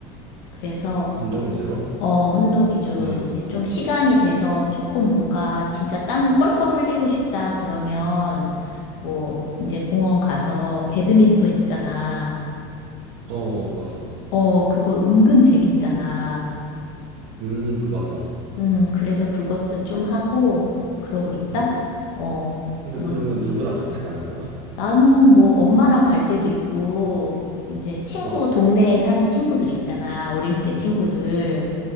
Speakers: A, on the left; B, on the right.
A: 그래서,
B: 운동 위주로?
A: 어, 운동 위주로
B: 음.
A: 이제 좀 시간이 돼서 조금 뭔가 진짜 땀을 뻘뻘 흘리고 싶다, 그러면, 뭐, 이제 공원 가서 배드민턴 있잖아.
B: 어, 맞아.
A: 어, 그거 은근 재밌잖아.
B: 음, 그 맞아.
A: 음, 그래서 그것도 좀 하고 그러고 있다?
B: 음.
A: 어,
B: 근데
A: 넌,
B: 그러면 누구랑 같이 가는 거야?
A: 나는 뭐 엄마랑 갈 때도 있고, 이제 친구,
B: 어.
A: 동네에 사는 친구들 있잖아. 어릴 때 친구들.